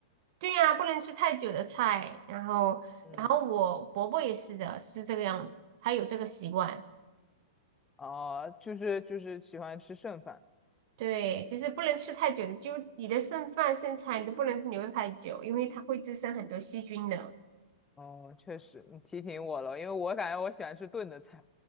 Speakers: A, on the right; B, on the left.
A: 对呀，不能吃太久的菜。然后，
B: 嗯，
A: 然后我伯伯也是的，是这个样子，他有这个习惯。
B: 啊、就是就是喜欢吃剩饭。
A: 对，就是不能吃太久的，就你的剩饭剩菜你都不能留太久，因为它会滋生很多细菌的。
B: 哦、确实，你提醒我了，因为我感觉我喜欢吃炖的菜。